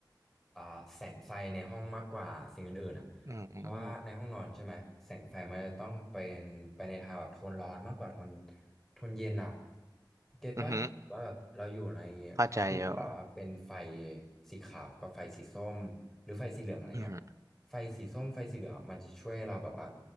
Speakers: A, in the centre; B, on the right (about 40°).
A: อ่าแสงไฟในห้องมากกว่าสิ่งอื่นๆอ่ะเพราะว่าในห้องนอนใช่ไหมแสงไฟมันจะต้องเป็นไปในทางแบบโทนร้อนมากกว่าโทน
B: อือหือ
A: โทนเย็นอ่ะเก็ตป่ะว่าแบบเราอยู่ใน
B: อือหือเข้าใจอยู่
A: ที่แบบว่าเป็นไฟสีขาวกับไฟสีส้ม หรือไฟสีเหลืองอะไรเงี้ย
B: อือหือ
A: ไฟสีส้มไฟสีเหลืองอะมันจะช่วยให้เราแบบว่า